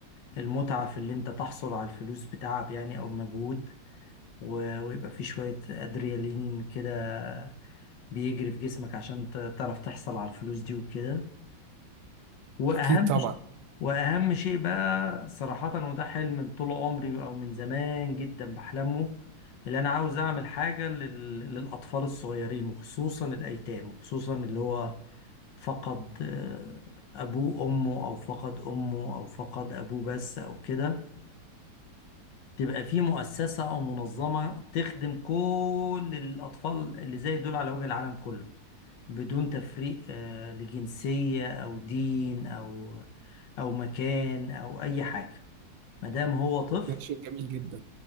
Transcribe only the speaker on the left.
المتعة في اللي انت تحصل على الفلوس بتعب يعني او مجهود و- ويبقى في شوية ادريالين كده بيجري في جسمك عشان ت- تعرف تحصل على الفلوس دي وكده واهم
ش- واهم شيء بقى صراحة وده حلم من طول عمري او من زمان جدا بحلمه اللي انا عاوز اعمل حاجة لل... للاطفال الصغيرين وخصوصا الايتام وخصوصا اللي هو فقد آه، ابوه امه او فقد امه او فقد ابوه بس او كده تبقى في مؤسسة او منظمة تخدم كل الاطفال اللي زي دول على وجه العالم كله بدون تفريق آه، لجنسية أو دين أو أو مكان أو أي حاجة ما دام هو طفل